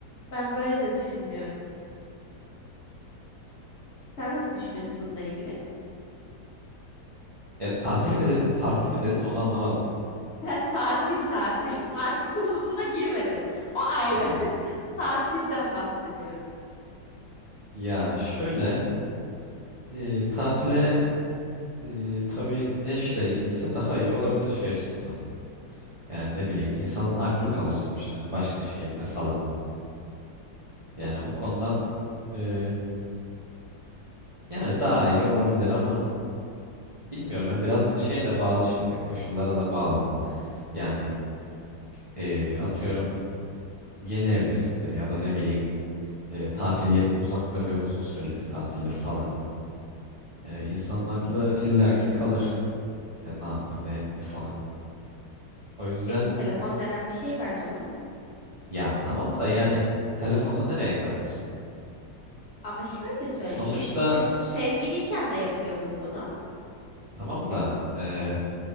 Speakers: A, on the left; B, on the right.
A: Ben böyle de düşünmüyorum. Sen nasıl düşünüyorsun bununla ilgili? <laughs>
B: E, tatil mi dedin parti mi dedin onu anlamadım.
A: Ben tatil tatil. Parti konusuna girmedim. O ayrı.
B: He.
A: <laughs> Tatilden bahsediyorum.
B: Ya şöyle e, tatile e, tabii eşle gidilse daha iyi olabilir şey açısından. Yani ne bileyim insanın aklı kalır sonuçta hani başka şehirde falan. Yani o konudan e, yani daha iyi olabilir ama bilmiyorum ya biraz şeye de bağlı şimdi koşullara da bağlı. Yani e, atıyorum yeni evlisindir ya da ne bileyim e, tatil yeri uzaktır ve uzun süreli bir tatildir falan. Yani insanın aklı illaki kalır. Ya ne yaptı ne etti falan. O yüzden
A: E, telefon denen bir şey var canım.
B: ya tamam da yani telefonla nereye kadar?
A: Ama şöyle söyleyeyim.
B: Sonuçta
A: E, sevgiliyken
B: su-
A: de yapıyordun bunu.
B: tamam da e,